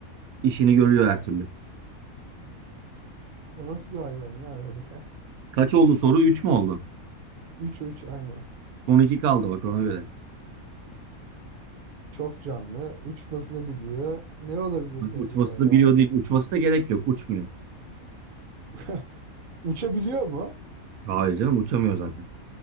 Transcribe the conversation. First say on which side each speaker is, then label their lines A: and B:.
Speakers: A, on the right; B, on the right.
A: İşini görüyor her türlü.
B: O nasıl bir hayvan ya öyle? <laughs>
A: Kaç oldu soru? üç mü oldu?
B: 3 3 aynen.
A: Son 2 kaldı bak ona göre.
B: Çok canlı. Uçmasını biliyor. Ne olabilir ki
A: Uçması
B: acaba ya?
A: da biliyor değil. Uçması da gerek yok. Uçmuyor.
B: <laughs> Uçabiliyor mu?
A: Hayır canım uçamıyor zaten.